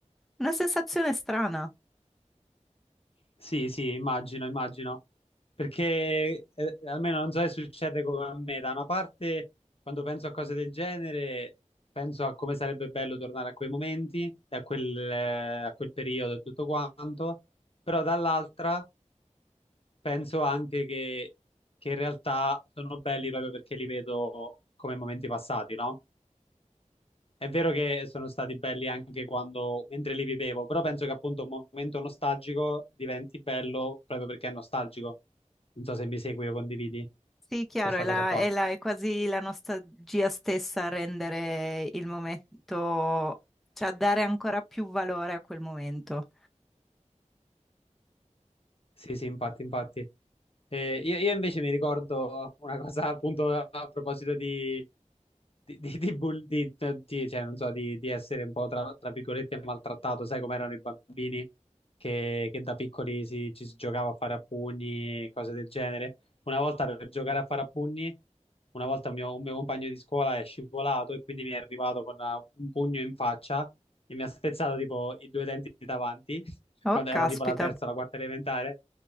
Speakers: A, in the centre; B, on the left.
A: una sensazione strana.
B: Sì, sì, immagino, immagino. Perché eh, almeno non so se succede come a me, da una parte quando penso a cose del genere penso a come sarebbe bello tornare a quei momenti, e a quel, eh, a quel periodo e tutto quanto, però dall'altra Penso anche che, che in realtà sono belli proprio perché li vedo come momenti passati, no? È vero che sono stati belli anche quando, mentre li vivevo, però penso che appunto un momento nostalgico diventi bello proprio perché è nostalgico. Non so se mi segui o condividi
A: Sì, chiaro,
B: questa
A: è, la-
B: cosa qua.
A: è la- è quasi la nostalgia stessa a rendere il momento, cioè a dare ancora più valore a quel momento.
B: Sì, sì, infatti, infatti. Eh, io, io invece mi ricordo una cosa appunto a proposito di, di, di- di bull- di- di- cioè, non so, di, di essere un po' tra, tra virgolette maltrattato, sai com'erano i bambini che, che da piccoli si, ci si giocava a fare a pugni e cose del genere. Una volta per giocare a fare a pugni, una volta un mio, un mio compagno di scuola è scivolato e quindi mi è arrivato con una- un pugno in faccia e mi ha spezzato tipo i due denti davanti, <laughs>
A: Oh,
B: quando
A: caspita,
B: era tipo la terza o la quarta elementare.